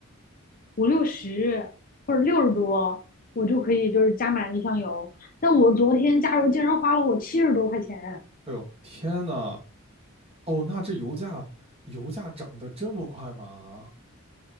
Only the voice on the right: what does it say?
哎呦，天呐，哦，那这油价油价涨得这么快吗？